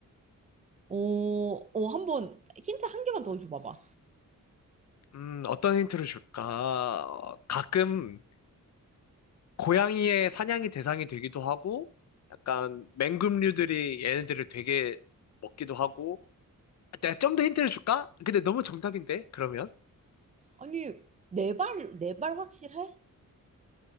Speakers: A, on the right; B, on the left.
A: 어, 어, 한번, 힌트 한 개만 더 줘봐봐.
B: 음, 어떤 힌트를 줄까? 어, 가끔 고양이의 사냥이 대상이 되기도 하고 약간 맹금류들이 얘네들을 되게 먹기도 하고 내가 좀 더 힌트를 줄까? 근데 너무 정답인데, 그러면?
A: 아니, 내 발, 네 발 확실해?